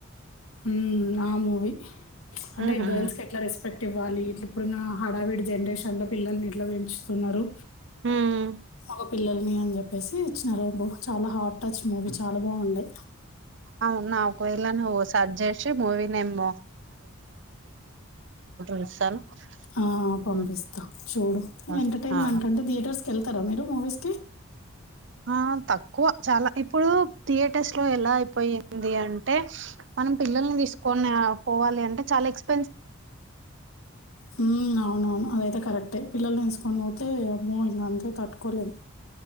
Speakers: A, on the left (about 85°); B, on the right (about 55°).
A: ఉ నా మూవి అంటే
B: ఉహు
A: గర్ల్స్ కి ఎట్లా రెస్పెక్ట్ ఇవ్వాలి ఇట్లు ఇప్పుడున్న హడావిడి జనరేషన్లో పిల్లల్ని నివ పెంచుతున్నారు
B: ఉమ్
A: ఒక పిల్లల్ని అని చెప్పేసి ఇచ్చినారు చాలా హాట్ టచ్ మూవీ చాలా బాగుండే
B: అవునా ఒకవేళ నువ్వు సెర్చ్ పే మూవ నేమ్మ చూస్తాను
A: ఆ పంపిస్తా
B: హ్మ్.
A: చూడు
B: ఓస్
A: ఎంటర్టైన్మెంట్
B: ఆ
A: అంటే థియేటర్స్ క వెళ్తారా మీరు మూవీస్ కి
B: ఆ తక్కువ చాలా ఇప్పుడు థియేటర్స్ లో ఎలా అయిపోయింది అంటే మనం పిల్లల్ని తీసుకొని పోవాలి అంటే చాలా ఎక్స్
A: హ అవునువును అవి ఇతే కరెక్ట అ పిల్లని తీసుకొని పోతే అమ్మో ఇంక అంతే తట్టుకోలేము